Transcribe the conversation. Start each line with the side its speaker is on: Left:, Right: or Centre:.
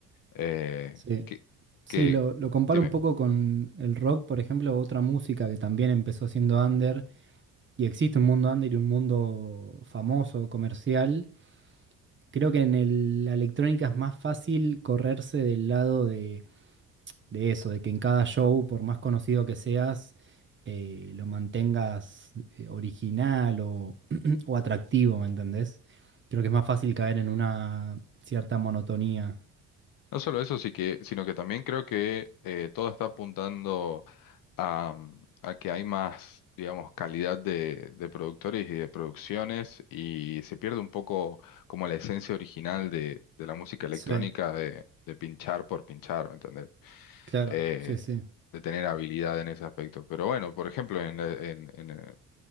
Left: eh,
Right: sí.
Left: que,
Right: Sí,
Left: que,
Right: lo, lo comparo
Left: dime.
Right: un poco con el rock, por ejemplo, otra música que también empezó siendo under y existe un mundo under y un mundo famoso, comercial. Creo que en el- la electrónica es más fácil correrse del lado de, de eso, de que en cada show, por más conocido que seas, eh, lo mantengas eh, original o, <clears throat> o atractivo, ¿me entendés? Creo que es más fácil caer en una cierta monotonía.
Left: No solo eso, sí que, sino que también creo que eh, todo está apuntando a, mm, a que hay más, digamos, calidad de, de productores y de producciones y se pierde un poco como la esencia original de, de la música electrónica
Right: Sí,
Left: de, de pinchar por pinchar, ¿me entendés?
Right: claro,
Left: Eh,
Right: sí, sí.
Left: de tener habilidad en ese aspecto. Pero bueno, por ejemplo, en la, en, en, eh,